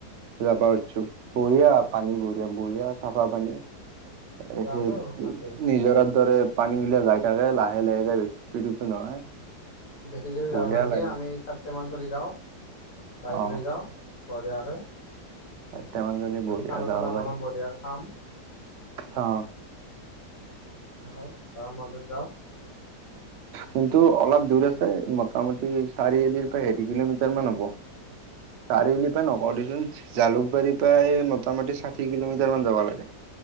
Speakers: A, on the right; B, on the left.
A: যাবা উছু বঢ়িয়া পানী বঢ়িয়া বঢ়িয়া চাফা পানী সেই
B: যাওঁ যাওঁ ভালকে
A: নিজৰাৰ দৰে পানী গিলা যাই থাকে লাহে লাহে যায় বেছি স্পীডতো নহয়
B: দেখি দেছি
A: বঢ়িয়া
B: যাবা নালকি
A: লাগে
B: আমি চাতটে মান চলি যাওঁ বাইক
A: অ'
B: লৈ যাওঁ। বৰিয়াকে।
A: এটামান
B: যদি
A: বঢ়িয়া
B: খানা
A: যাব
B: চানা
A: পাৰি
B: বনাম বঢ়িয়াকে খাম।
A: অ
B: নহয় গৰম বন্ধ
A: কিন্তু অলপ দূৰ মোটামুটি চাৰিআলিৰ পৰা হেৰি কিলোমিটাৰ মান হ'ব, চাৰিআলিৰ পৰা নক দেচোন জালুকবাৰীৰ পৰাই মোটামুটি ষাঠি কিলোমিটাৰ মান যাব লাগে।